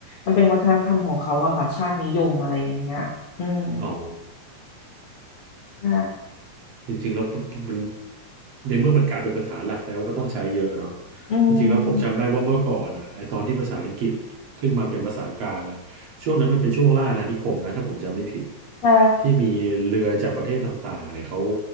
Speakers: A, on the left; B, on the right.
A: มันเป็นวัฒนธรรมของเขาอะค่ะชาตินิยมอะไรอย่างเงี้ยอืม
B: อ๋อ
A: ใช่
B: จริงๆแล้วมันในเมื่อมันกลายเป็นภาษาหลักแล้วก็ต้องใช้เยอะเนาะ
A: อื
B: จริงๆแล้วผมจำได้ว่าเมื่อก่อนอ่ะไอตอนที่ภาษาอังกฤษขึ้นมาเป็นภาษากลางอ่ะช่วงนั้นมันเป็นช่วงล่าอาณานิคมนะถ้าผมจำไม่ผิด
A: มใช่
B: ที่มีเรือจากประเทศต่างๆเนี่ยเขา